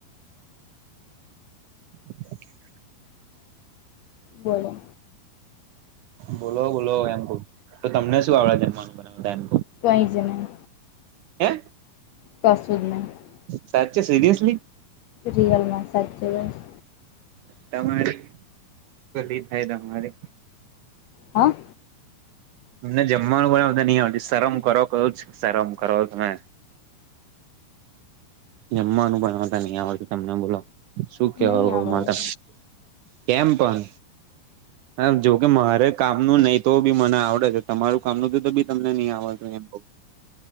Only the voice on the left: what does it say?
બોલો.
કઈ જ નઈ.
કશું જ નહી
રિયલમાં સાચે બસ.
હ.
નહી આવડે